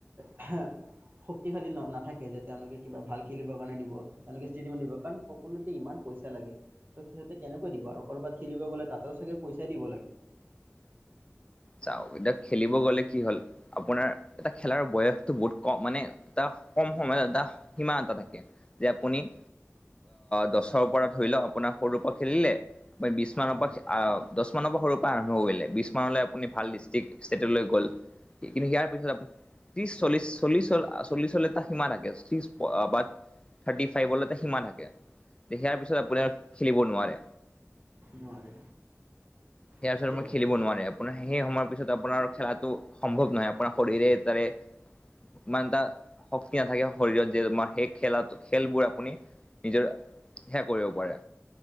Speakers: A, on the right (about 40°); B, on the left (about 20°).
A: <unintelligible> শক্তিশালী ন - নাথাকে যে তেওঁলোকে কিবা ভাল খেলিবৰ কাৰণে দিব, তেওঁলোকে ষ্টেডিয়ামত দিব কাৰণ সকলোতে ইমান পইচা লাগে, ত' তাতে কেনেকৈ দিব আৰু, কৰ'ৰবাত খেলিব গ'লে তাতেও চাগে পইচাই দিব লাগে।
B: চাও এতিয়া খেলিব গ'লে কি হল আপোনাৰ এটা খেলাৰ বয়সটো বহুত কম, মানে এটা কম সময়ত এটা সীমা এটা থাকে। যে আপুনি অ দছৰ পৰা ধৰি লওক আপোনাৰ সৰুৰ পৰা খেলিলে, আপুনি বিছ মানৰ
A: অঁ
B: পৰা আ দছ মানৰ পৰা সৰুৰ পৰা আৰম্ভ কৰিলে, বিছ মানলে আপুনি ভাল ডিষ্ট্ৰিক্ট ষ্টেটলৈ গ'ল কিন্তু ইয়াৰ পিছত আপু ত্ৰিছ চল্লিছ, চল্লিছ হল। চল্লিছলে এটা সীমা থাকে <unintelligible> থাৰ্টি ফাইভলে এটা সীমা থাকে। সিয়াৰ পিছত আপুনি আৰু খেলিব নোৱাৰে।
A: নোৱাৰে
B: সিয়াৰ
A: তাকেই
B: পিছত আৰু
A: ভাবিছো
B: খেলিব নোৱাৰে। আপোনাৰ সেই সময়ৰ পিছত আপোনাৰ খেলাটো সম্ভৱ নহয়, আপোনাৰ শৰীৰে তাৰে ইমান এটা শক্তি নাথাকে শৰীৰত যে তোমাৰ সেই খেলা টো খেলবোৰ আপুনি নিজৰ সেয়া কৰিব পাৰে।